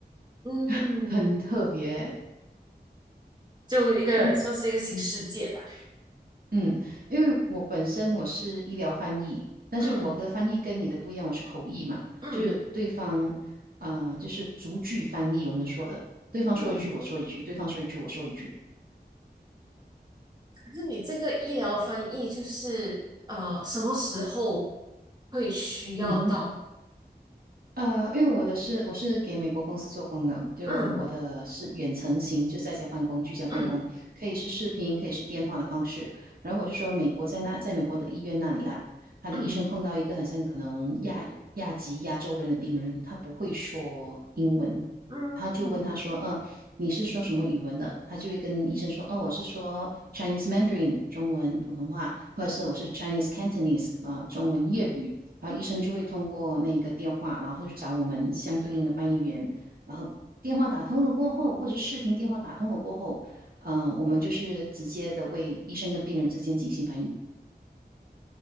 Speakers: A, on the right; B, on the right.
A: 嗯，
B: <laughs> 很特别欸
A: 就一个算是一个新世界吧，
B: 我嗯，因为我本身我是医疗翻译，但是我的翻译跟你的不一样，
A: 嗯
B: 我是口译嘛，
A: 嗯
B: 就是对方，呃，就是逐句翻译，我们说的，对方说一句我说一句，
A: 嗯。
B: 对方说一句我说一句。
A: 可是你这个医疗翻译就是呃，什么时候会需要到？
B: 嗯哼。呃，因为我的是我是给美国公司做工的，就我的是远程型，
A: 嗯
B: 就在家办公、居家办公，
A: 嗯
B: 可以是视频，可以是电话的方式。然后我是说，美国在那，在美国的医院那里啊，他的医生碰到一个好像可能亚裔亚籍亚洲人的病人，
A: 嗯
B: 他不会说英文，
A: 嗯，
B: 他就问他说，嗯、你是说什么语文的？他就会跟医生说，哦，我是说 Chinese Mandarin 中文普通话，或者是我是 Chinese Cantonese 啊、中文粤语。然后医生就会通过那个电话，然后去找我们相对应的翻译员，然后电话打通了过后，或者是视频电话打通了过后，嗯、我们就是直接的为医生跟病人之间进行翻译。